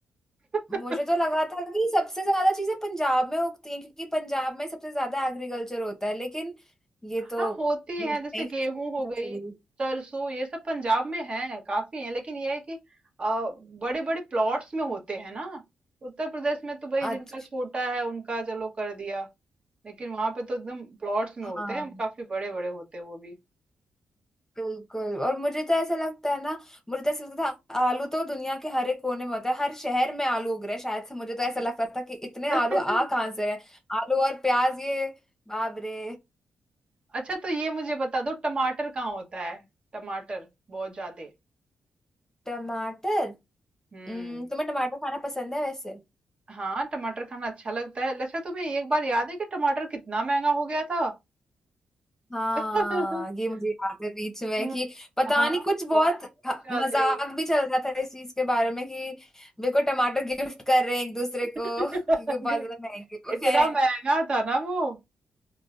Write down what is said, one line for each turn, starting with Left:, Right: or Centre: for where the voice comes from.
Right: <laughs>
Left: मुझे तो लगा था कि सबसे ज्यादा चीजें पंजाब में उगती हैं क्योंकि पंजाब में सबसे ज्यादा एग्रीकल्चर होता है लेकिन ये तो
Right: हाँ होती है
Left: नहीं,
Right: जैसे
Left: नहीं,
Right: गेहूं हो गई सरसों ये सब पंजाब में है काफी है लेकिन ये है कि बड़े बड़े प्लॉट्स में होते हैं ना उत्तर प्रदेश में तो भाई जिनका
Left: अच्छा
Right: छोटा है उनका चलो कर दिया लेकिन वहां पे तो एकदम प्लॉट्स में
Left: हाँ
Right: होते हैं काफी बड़े बड़े होते हैं वो भी
Left: बिल्कुल और मुझे तो ऐसा लगता है ना मुझे तो ऐसा लगता था आलू तो दुनिया के हर एक कोने में होता है हर शहर में आलू उग रहे हैं शायद से मुझे तो ऐसा लगता था कि इतने
Right: <laughs>
Left: आलू आ कहाँ से रहे हैं? आलू और प्याज ये बाप रे
Right: अच्छा तो ये मुझे बता दो टमाटर कहाँ होता है टमाटर बहुत ज्यादा
Left: टमाटर
Right: हम्म
Left: हम्म, तुम्हें टमाटर खाना पसंद है वैसे
Right: हाँ, टमाटर खाना अच्छा लगता है। अच्छा तुम्हें एक बार याद है कि टमाटर कितना महंगा हो गया था?
Left: हाँ
Right: <laughs>
Left: ये मुझे याद है बीच में
Right: हाँ,
Left: कि पता
Right: हाँ,
Left: नहीं कुछ बहुत
Right: बहुत
Left: ह-
Right: ज्यादे।
Left: मजाक भी चल रहा था इस चीज के बारे में कि बिल्कुल टमाटर गिफ्ट कर रहे हैं एक दूसरे
Right: <laughs>
Left: को क्योंकि बहुत ज्यादा महंगे हो
Right: इतना
Left: गए हैं।
Right: महंगा था ना वो।